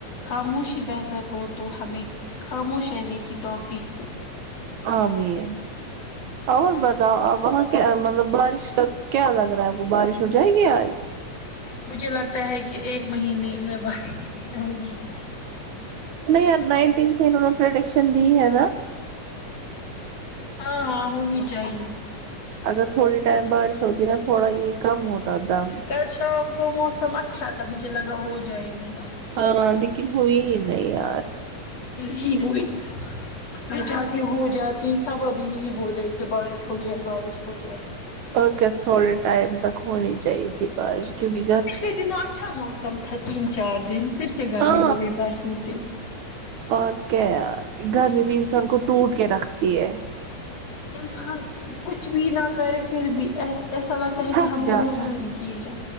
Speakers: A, on the left; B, on the right.
A: خاموشی بہتر ہو تو ہمیں خاموش رہنے کی توفیق دے
B: امین اور بتاؤ آپ وہاں کیا مطلب بارش کا کیا لگ رہا ہے آپ کو بارش ہو جائے گی آج
A: مجھے لگتا ہے کہ ایک مہینے میں بارش کیا ہوگی
B: نہیں یار نائنٹین سے انہوں نے پریڈکشن دی ہے نا
A: ہاں ہاں ہونی چاہیے
B: اگر تھوڑی ٹائم بارش ہوتی نا تھوڑا یہ کم ہوتا دام
A: کل شام کو موسم اچھا تھا مجھے لگا ہو جائے گی
B: ہاں لیکن ہوئی ہی نہیں یار
A: جی <unintelligible> میں چاہتی ہو جاتی سب ابھی یہی بول رہے کہ بارش ہو جائے بارش ہو جائے
B: اوکے تھوڑے ٹائم تک ہونی چاہیے تھی بارش کیونکہ گھر
A: کتنا اچھا موسم تھا تین چار دن پھر سے گرمی
B: ہاں
A: ہو گئی پرسوں سے
B: اور کیا یار گرمی بھی انسان کو ٹوٹ کے رکھتی ہے
A: انسان ک کچھ بھی نہ کرے پھر بھی ا ایسا لگتا ہے
B: تھک
A: کہ ہم
B: جاتا
A: نے مزدوری کی ہے